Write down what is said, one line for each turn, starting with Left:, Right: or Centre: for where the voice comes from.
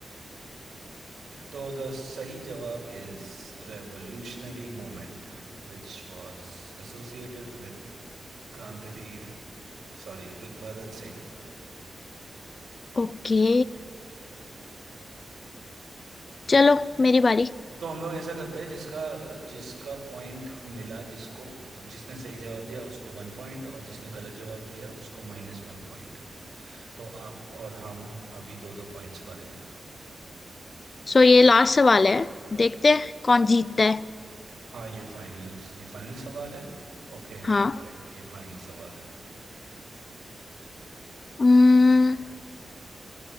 Right: तो द सही जवाब is revolutionary movement which was associated with क्रांतिवीर सॉरी विद भगत सिंह
Left: ओके चलो मेरी बारी
Right: तो हम लोग ऐसा करते हैं जिसका जिसका पॉइंट मिला जिसको जिसने सही जवाब दिया उसको वन पॉइंट और जिसने गलत जवाब दिया उसको माइनस वन पॉइंट तो आप और हम अभी दो दो पॉइंट्स पर हैं
Left: सो ये लास्ट सवाल है देखते हैं कौन जीतता है
Right: हाँ ये फाइनल ये फाइनल सवाल है ओके
Left: हाँ
Right: हाँ करेक्ट ये फाइनल सवाल है
Left: हम्म